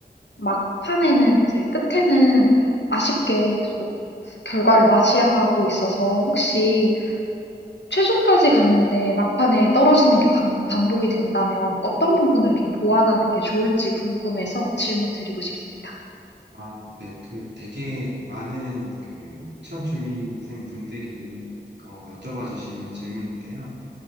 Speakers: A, on the left; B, on the right.
A: 막판에는 이제 끝에는 아쉽게 계속 결과를 맞이하고 있어서 혹시 최종까지 갔는데 막판에 떨어지는 게 반- 반복이 된다면 어떤 부분을 좀 보완하는 게 좋을지 궁금해서 질문 드리고 싶습니다.
B: 아, 네, 그 되게 많은 그 취업 준비생 분들이 어, 여쭤봐 주시는 질문인데요.